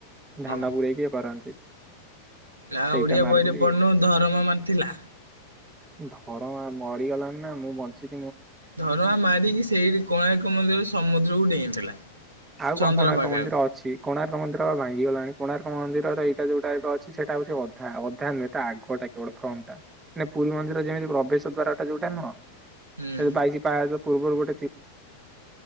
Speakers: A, on the right; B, on the right.
A: ଧାନ
B: ଓହୋ
A: ପୁରରେଇକି କରନ୍ତି।
B: ନା
A: ସେଇଟା
B: ଓଡିଆ
A: ମାରିଲି।
B: ବହିରେ ପଢିନୁ ଧରମା ମା ଥିଲା।
A: ଧରମା ମରିଗଲାଣି ନା ମୁଁ ବଞ୍ଚି
B: ଧରମା ମାରିକି ସେଇଠ କୋଣାର୍କ ମନ୍ଦିର ସମୁଦ୍ରକୁ ଡେଇଁଥିଲା।
A: ଆଉ
B: ଚନ୍ଦ୍ରଭାଗାକୁ।
A: କଣ କୋଣାର୍କ ମନ୍ଦିର ଅଛି କୋଣାର୍କ ମନ୍ଦିରପା ଭାଙ୍ଗିଗଲାଣି କୋଣାର୍କ ମନ୍ଦି ଏଇଟା ଯୋଉଟା ଏବେ ଅଛି ସେଟାଉ ଅଧା ଅଧା ନୁହେଁ ତା ଆଗଟା କେବଳ ଫ୍ରଣ୍ଟ ଟା ମାନେ ପୁରୀ ମନ୍ଦିର ଯେମିତି ପ୍ରବେଶ ଦ୍ଵାରା ଯଉଟା ନୁହଁ
B: ହୁଁ।
A: ବାଇସିୀ ପାହାଚ ପୂର୍ବରୁ ଗୋ <unintelligible>